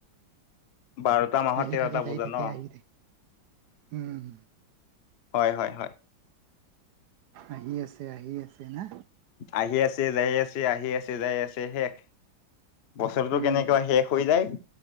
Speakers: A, on the left (about 70°); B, on the right (about 75°).
A: বাৰটা মাহত
B: আহি
A: তেৰটা
B: থাকে যাই
A: পুজা
B: থাকে
A: ন!
B: আহি থাকে উম।
A: হয়, হয়, হয়।
B: আহি আছে আহি আছে না?
A: আহি আছে, যাই আছে, আহি আছে, যাই আছে, শেষ। বছৰটো
B: উম
A: কেনেকুৱা শেষ হৈ যায়,